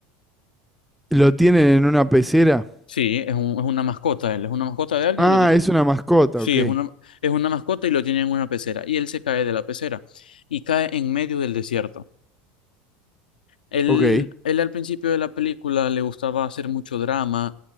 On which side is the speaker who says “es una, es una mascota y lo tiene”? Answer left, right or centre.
Left